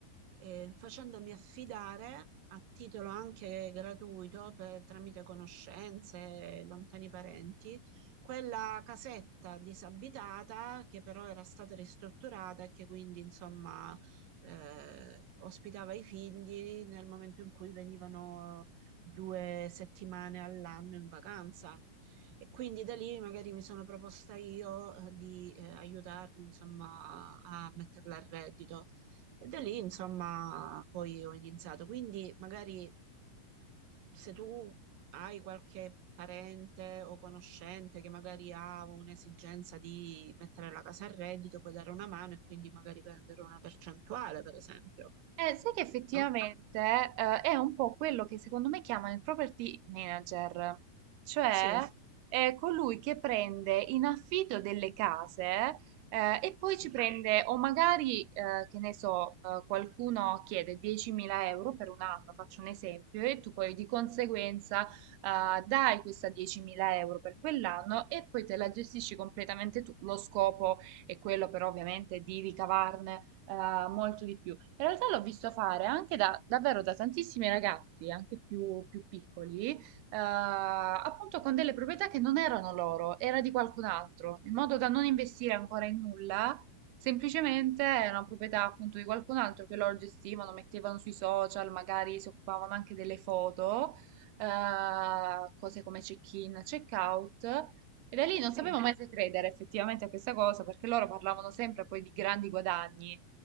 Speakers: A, on the right; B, on the right.
A: eh, facendomi affidare a titolo anche gratuito per- tramite conoscenze, lontani parenti, quella casetta disabitata che però era stata ristrutturata e che quindi insomma eh, ospitava i figli nel momento in cui venivano due settimane all'anno in vacanza. E quindi da lì magari mi sono proposta io eh, di eh, aiutarli, insomma, a metterla a reddito. E da lì, insomma, poi ho iniziato. Quindi magari se tu hai qualche parente o conoscente che magari ha un'esigenza di mettere la casa a reddito, puoi dare una mano e quindi magari prendere una percentuale, per esempio,
B: Eh, sai che effettivamente
A: no?
B: eh, è un po' quello che secondo me chiamano il property manager, cioè
A: Sì,
B: è colui che prende in affitto delle case eh, e poi
A: sì,
B: ci prende, o magari, eh, che ne so, eh, qualcuno chiede 10.000 euro per un anno, faccio un esempio, e tu poi di conseguenza eh, dai questa 10.000 euro per quell'anno e poi te la gestisci completamente tu. Lo scopo è quello però ovviamente di ricavarne eh, molto di più. In realtà l'ho visto fare anche da, davvero da tantissimi ragazzi, anche più, più piccoli, eh, appunto con delle proprietà che non erano loro, era di qualcun altro, in modo da non investire ancora in nulla. Semplicemente era una proprietà appunto di qualcun altro che loro gestivano, mettevano sui social, magari si occupavano anche delle foto, eh, cose come check-in, check-out. E da lì non sapevo
A: sì.
B: mai se credere effettivamente a questa cosa, perché loro parlavano sempre poi di grandi guadagni.